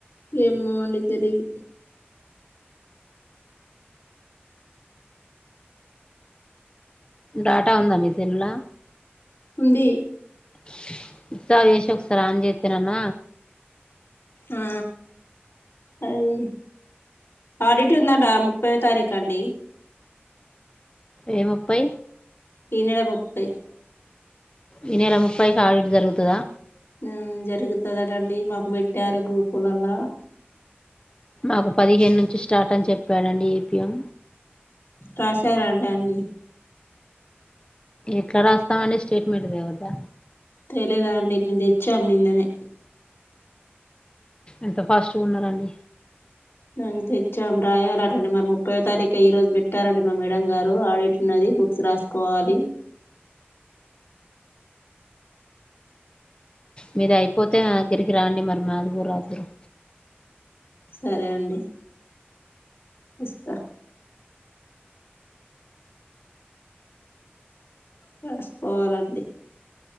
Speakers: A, on the left (about 70°); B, on the left (about 25°).
A: ఏమో అండి తెలీదు
B: డాటా ఉందా మీసెలుల
A: ఉంది
B: స్విచ్ ఆఫ్ చేసి ఒకసారి ఆన్ చేస్తే అన
A: ఆ అది ఆడిట్ ందాంట ముప్పై తారీఖ అండి
B: ఏ ముప్పై
A: ఈ నెల ముప్పై
B: ఈ నెల ముప్పై కి ఆడిట్ జరుగుతుందా
A: ఆ జరుగుతుందిటండి మాకు పెట్టారు గూపులలా
B: నాకు పదిహేను నుంచి స్టార్ట్ అని చెప్పాడండి ఏపీఎం
A: రాశారా అండి అన్ని
B: ఎట్లా రాస్తామ అండి స్టేట్మెంట్ దే వద్దా
A: తెలిదా అండి మేం తెచ్చాం నిననే
B: ఎంత ఫాస్ట్గా ఉన్నారండి
A: నంచి తెచ్చాం రాయాల డి మరి ముప్పయో తారీఖు ఈ రోజు పెట్టారండి మా మేడం గారు ఆడిట్ ఉన్నది బుక్స్ రాసుకోవాలి
B: మిది అయిపోతే మా దగ్గరికి రాండి మరి మాదిగు రాద్దరు
A: సరే అండి వస్తా కసుకోవాలండి